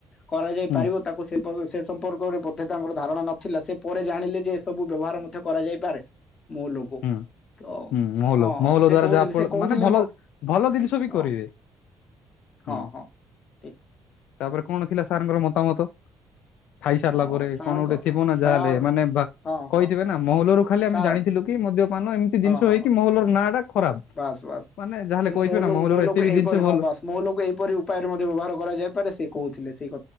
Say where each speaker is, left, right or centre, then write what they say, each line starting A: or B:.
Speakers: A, on the left (about 30°); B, on the left (about 70°).
A: କରାଯାଇ
B: ହୁଁ
A: ପାରିବ ତାକୁ ସେ ସେ <unintelligible> ସମ୍ପର୍କରେ ବୋଧେତା ଏଙ୍କର ଧାରଣା ନଥିଲା ସେ ପରେ ଜାଣିଲେ ଯେ ଏସବୁ ବ୍ୟବହାର ମଧ୍ୟ କରାଯାଇପାରେ। ମହୁଲକୁ
B: ହୁଁ ହୁଁ
A: ତ
B: ମହୁଲ
A: ହଁ
B: ମହୁଲ
A: ସେ
B: ଦ୍ଵାରା
A: କହୁଥିଲେ
B: ଯାହା ଫଳ
A: ସେ କହୁଥିଲେ
B: ମାନେ ଭଲ
A: ମୋ
B: ଭଲ ଜିନିଷ ବି
A: ହଁ
B: କରିବେ
A: ହଁ
B: ହୁଁ
A: ହଁ ଠିକ
B: ତାପରେ କଣ ଥିଲା। ସାର୍ ଙ୍କର ମତା ମତ ଖାଇସାରିଲା
A: ହଁ
B: ପରେ
A: ସାରଙ୍କ
B: କଣ ଗୋଟେ ଥିବ ନା
A: ସାର୍
B: ଯାହେଲେ ମାନେ ଭା
A: ହଁ
B: କହିଥିବେ
A: ହଁ
B: ନା ମହଲରୁ ଖାଲି
A: ସାର୍
B: ଆମେ ଜାଣିଥିଲୁ। ମାନ ଏମତି
A: ହଁ
B: ଜିନିଷ
A: ହଁ
B: ହେଇକି ମହଲର ନାଁ ଖରାପ। ଟା
A: ବାସ୍ ବାସ୍
B: ମାନେ ଯାହାହେଲେ
A: କିନ୍ତୁ
B: କହିଥିବେ
A: ମୋ
B: ନା
A: ଲୋକ
B: ମହୁଲରୁ
A: ମୋ
B: ଏତେ
A: ଲୋକ
B: ବି ଜିନିଷ
A: ଏଇପରି
B: ଭଲ
A: ହଁ ବାସ୍ ମୋ ଲୋକ ଏଇପରି ଉପାୟରେ ମଧ୍ୟ ବ୍ୟବହାର କରାଯାଇପାରେ ସେ କହୁଥିଲେ ସେ